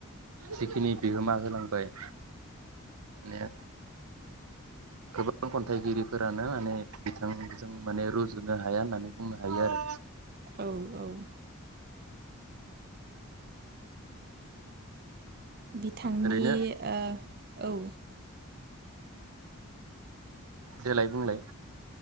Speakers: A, on the right; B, on the right.
A: जिखिनि बिहोमा होलांबाय ने गोबां खन्थाइगिरिफोरानो माने बिथांजों माने रुजुनो हाया होननानै बुंनो हायो आरो
B: औ औ बिथांनि
A: ओरैनो
B: ओ औ।
A: देलाय बुंलाय।